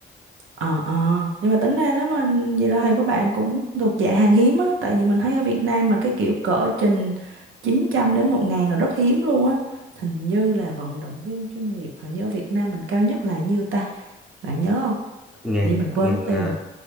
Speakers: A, on the right; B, in the centre.
A: ờ ờ nhưng mà tính ra nếu mà vậy là thầy của bạn cũng thuộc dạng hàng hiếm á tại vì mình thấy ở Việt Nam mà cái kiểu cỡ trình 900 đến một ngàn là rất hiếm luôn á hình như là vận động viên chuyên nghiệp hình như ở Việt Nam mình cao nhất là nhiêu ta bạn nhớ không
B: ngàn
A: thì mình quên
B: ngàn
A: mất tiêu
B: à,
A: rồi